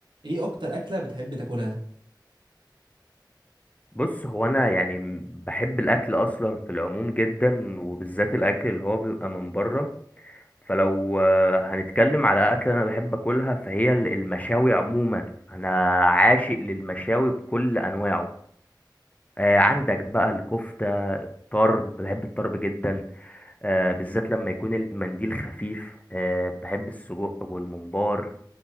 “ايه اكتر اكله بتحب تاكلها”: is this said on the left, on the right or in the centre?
Right